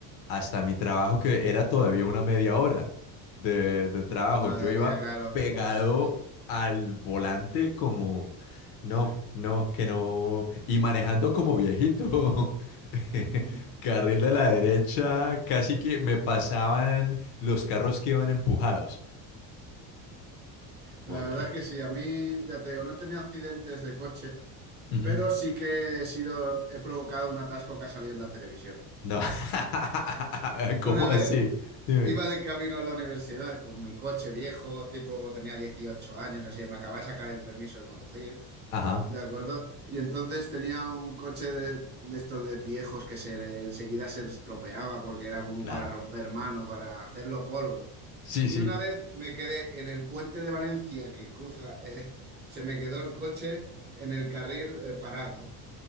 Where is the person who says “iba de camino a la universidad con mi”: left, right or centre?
Right